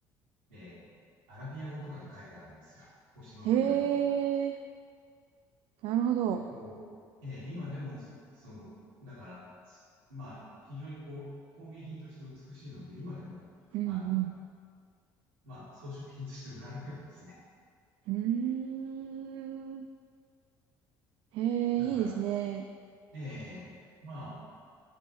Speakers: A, on the right; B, on the right.
A: えーアラビア語とかで書いてあるんですよ。星の名前とかが。
B: へえ、なるほど。
A: で、こう、えー今でもそ、その、だから、すまあ、非常にこう、工芸品として美しいので、今でも、
B: うん
A: あの、まあ、装飾品として売られてるんですね。
B: うん。うーん。へえ、
A: だから、
B: いいですね。
A: えーまあ、